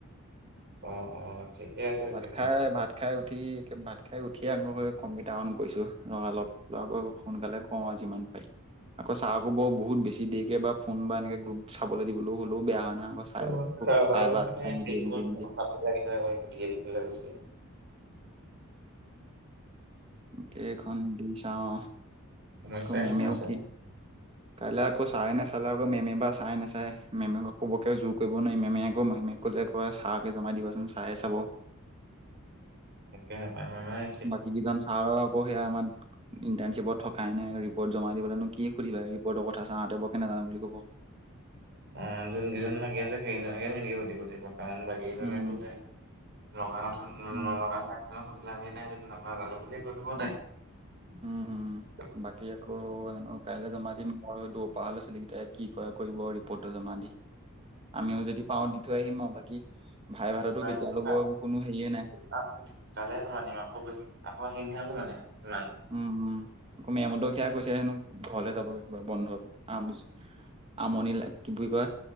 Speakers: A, on the right (about 50°); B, on the right (about 25°).
A: অঁ অঁ ঠিকে আছে। তেতিয়াহ'লে
B: ভাত খাই, ভাত খাই উঠি একে ভাত খাই উঠিয়ে আৰম্ভ কম্পিউটাৰ অন কৰিছোঁ লগা লগ। <unintelligible> সোনকালে কওঁ আৰু যিমান পাৰি। আকৌ চাহ ক'ব বহুত বেছি দেৰিকে বা ফোন বা এনেকে গ্ৰুপ চাবলৈ দিবলৈ হ'লেও বেয়া হয় ন আকৌ চাই
A: অ'
B: আকৌ চাই
A: অ'
B: বা
A: মানে
B: চাই
A: <unintelligible>
B: নিদিয়ে নিদিয়ে নিদিয়ে
A: গতিকে থাকিবলৈ কৈছে।
B: কেইখন দি চাও
A: সমস্যাই
B: আকৌ মেমেও
A: সমস্যা
B: কি
A: <inaudible>
B: কাইলৈ আকৌ চাৰে নাচালে আকৌ মেমে বা চাই নাচাই। মেমক আকৌ বৰকে জোৰ কৰিব নোৱাৰি মেমে আকৌ মেমে ক'লে কয় চাৰকে জমা দিবাচোন চাৰে চাব।
A: একেহে পায় নে নাই?
B: বাকী কেইজন ছাৰৰ আকৌ সেয়া মান ইণ্টাৰ্শ্বিপত থকাই নাই, ৰিপৰ্ট জমা দিবলৈনো কি সুধিবা। ৰিপৰ্টৰ কথা চাৰহতে বৰ কেনে নাজানো বুলি ক'ব।
A: অ' যোনকেইজন লাগি আছে সেইকেইজনকে সেনেকে সুধিব দিব কাৰণ বা এইজনেইটোতে
B: উম
A: <unintelligible>
B: উম
A: চাৰক সুধি লাভেই নাই <unintelligible> <inaudible>
B: উম উম বাকী আকৌ হেনো কাইলৈ জমা দিম <unintelligible> ছোৱালীকেইটাই কি কৰে কৰিব ৰিপৰ্টটো জমা দি। আমিও যদি পাওঁ দি থৈ আহিম আৰু বাকী ভাইভাটো
A: পাৰিলেতো
B: ত কেতিয়া লব কোনো হেৰীয়ে নাই।
A: কাইলে - কাইলে তোমাৰ দিম আকৌ বেছ আকৌ আহি নাথাকো মানে ইমান।
B: উম উম আকৌ মেম দখিয়া কৈছে হেনো ঘৰলে যাবগে বন্ধত আম আমনি লাগ কি বুলি কয়